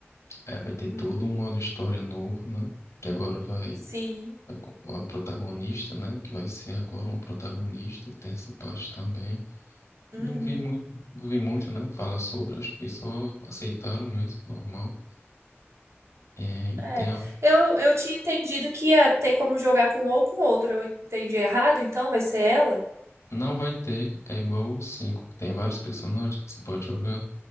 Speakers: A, on the left; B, on the right.
A: é, vai ter
B: Uhum.
A: todo um modo história novo, né? Que agora vai.
B: Sim.
A: vai com A protagonista, né? Que vai ser agora uma protagonista, tem essa parte também.
B: Uhum.
A: Não vi muito, não vi muito, né? Falar sobre, acho que só aceitaram mesmo, normal. É, e
B: É,
A: tem a-
B: eu, eu tinha entendido que ia ter como jogar com um ou com outro. Eu entendi errado, então vai ser ela?
A: Não vai ter, é igual o 5, que tem vários personagens que você pode jogar.